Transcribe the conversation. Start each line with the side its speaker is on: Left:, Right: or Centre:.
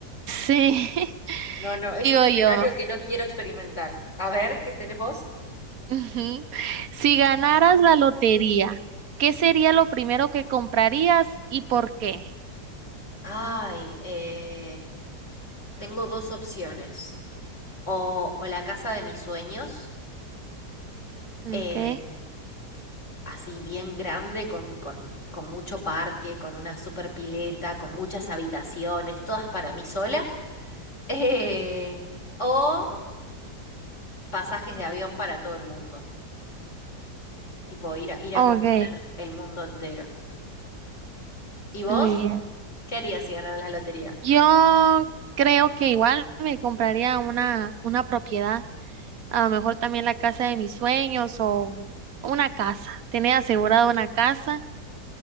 Right: Sí, <laughs>
Left: No, no, es
Right: sigo
Left: un escenario
Right: yo.
Left: que no quiero experimentar. A ver, ¿qué tenés vos?
Right: Ujú. Si ganaras la lotería, ¿qué sería lo primero que comprarías y por qué?
Left: Ay, eh, tengo dos opciones. O, o la casa de mis sueños,
Right: Okay,
Left: eh, así bien grande, con, con, con mucho parque, con una super pileta, con muchas habitaciones, todas para mí sola. <laughs> Eh, o pasajes de avión para todo el mundo, tipo ir a, ir a
Right: okay,
Left: conocer el mundo entero. ¿Y vos?
Right: muy bien.
Left: ¿Qué harías si ganaras la lotería?
Right: Yo creo que igual me compraría una, una propiedad, a lo mejor también la casa de mis sueños o una casa, tener asegurada una casa.